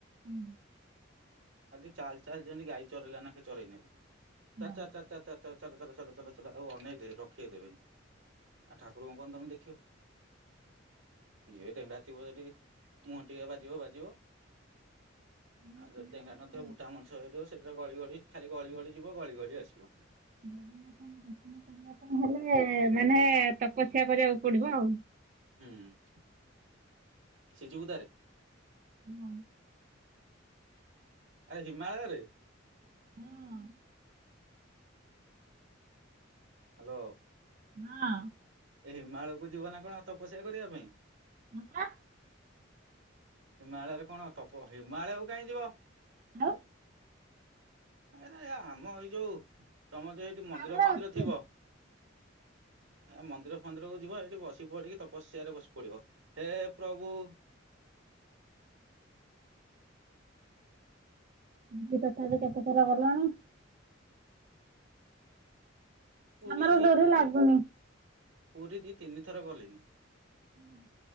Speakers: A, on the right; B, on the right.
A: ହୁଁ।
B: ଆଜି ଚାଲ ଚାଲ ଜେନ୍ତି ଗାଈ ଚରେଇଲା ନା ଚରେଇ ନେଲା ଭଳିଆ।
A: ହଁ।
B: ଲ ଚାଲ ଚାଲ ଚାଲ ଚାଲ ଚାଲ ଆଉ ଅନେଇ ଦେ ରଖିେଇ ଦେବେନି ଆଉ ଠାକୁରଙ୍କୁ କଣ ତମେ ଦେଖିବ? ଯିଏ ଡେଙ୍ଗା ଥିବ ଯଠି ମୁହଁ ଟିକେ ବାଜିବ ବାଜିବ?
A: ମାନେ
B: ଆଉ ଯଦି
A: କହିଗଲେ
B: ଡେଙ୍ଗା ନଥିବ
A: ତ
B: ବୁଟା ମଣିଷ ହେଇଥିବ ସେଥିରେ ଗଳି ଗଳି ଖାଲି ଗଳି ଗଳି ଯିବ ଗଳି ଗଳି ଆସିବ।
A: ଜଗନ୍ନାଥଙ୍କୁ ଦର୍ଶନ କରିବା ପାଇଁ ହେଲେ ମାନେ ତପସ୍ୟା କରିବାକୁ ପଡିବ ଆଉ
B: ହୁଁ ସିଜୁ ବୁଦାରେ।
A: ହଁ।
B: ଆ ହିମାଳୟରେ।
A: ହଁ।
B: ହାଲୋ।
A: ହଁ।
B: ଏଇ ହିମାଳକୁ ଯିବ ନା କଣ, ତପସ୍ୟା କରିବା ପାଇଁ?
A: ହଁ ପା।
B: ହିମାଳୟରେ କଣ ତପ, ହିମାଳୟକୁ କାହିଁ ଯିବ?
A: ଆଉ
B: ଏ ଆରେ, ଆମ ଏଇ ଯୋଉ, ତମ ଦେର ଯଦି ମନ୍ଦିର
A: ଆମର
B: ଫନ୍ଦିର
A: ଅଛି।
B: ଥିବ? ଏ ମନ୍ଦିର ଫନ୍ଦିରକୁ ଯିବ, ଏଠି ବସି ପଡିକି ତପସ୍ୟାରେ ବସି ପଡିବ, ହେ ପ୍ରଭୁ
A: ପୁରୀ ତଥାପି କେତେ ଥର ଗଲଣି?
B: ପୁରୀ,
A: ଆମର ଡୋରି ଲାଗୁନି।
B: ପୁରୀ ଦି ତିନିଥର ଗଲିଣିି।
A: ନା,